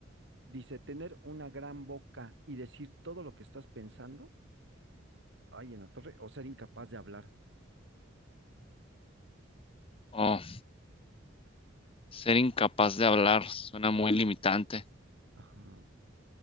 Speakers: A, on the right; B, on the left.
A: Dice, tener una gran boca y decir todo lo que estás pensando, ay, en la torre, o ser incapaz de hablar.
B: Oh, ser incapaz de hablar suena muy limitante.
A: Ajá. <laughs>